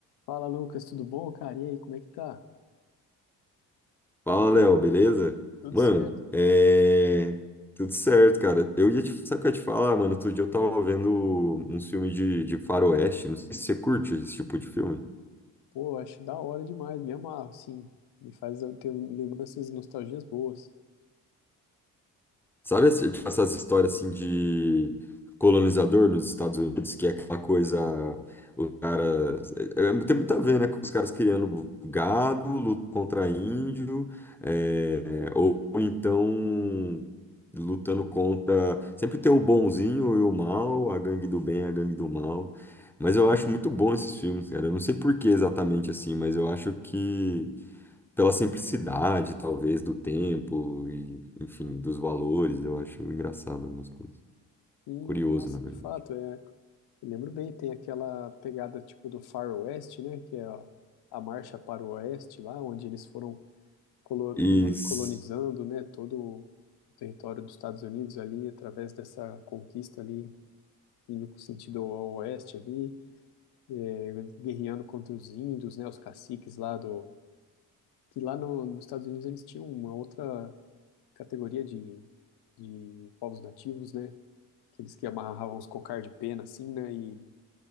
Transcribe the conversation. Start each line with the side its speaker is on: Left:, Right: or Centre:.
Left: Fala, Lucas, tudo bom, cara? E aí, como é que tá?
Centre: Fala, Léo, beleza?
Left: Tudo
Centre: Mano,
Left: certo?
Centre: é... Tudo certo, cara. Eu ia te... Sabe o que eu ia te falar, mano? Outro dia eu tava vendo um filme de, de faroeste. Não sei se você curte esse tipo de filme.
Left: Pô, acho da hora demais, me amarro, sim. Me faz eu ter lembranças e nostalgias boas.
Centre: Sabe esse- tipo, essas histórias assim de colonizador nos Estados Unidos, que é aquela coisa, os caras. é- é- tem muito a ver, né? Com os caras criando gado, luta contra índio, é, é, ou então lutando contra. Sempre tem o bonzinho e o mal, a gangue do bem, a gangue do mal. Mas eu acho muito bom esses filmes, cara. Eu não sei por que exatamente assim, mas eu acho que pela simplicidade, talvez, do tempo e, enfim, dos valores, eu acho engraçado algumas coisas.
Left: E,
Centre: Curioso,
Left: nossa,
Centre: na verdade.
Left: de fato, é, eu lembro bem, tem aquela pegada tipo do Far West, né? Que é a, a marcha para o Oeste lá, onde eles foram colo-
Centre: E
Left: colo-
Centre: s-
Left: colonizando, né? Todo o território dos Estados Unidos ali, através dessa conquista ali, indo sentido ao Oeste ali, é, guerreando contra os índios, né? Os caciques lá do que lá no, nos Estados Unidos eles tinham uma outra categoria de, de povos nativos, né? Aqueles que amarravam os cocar de pena, assim, né? E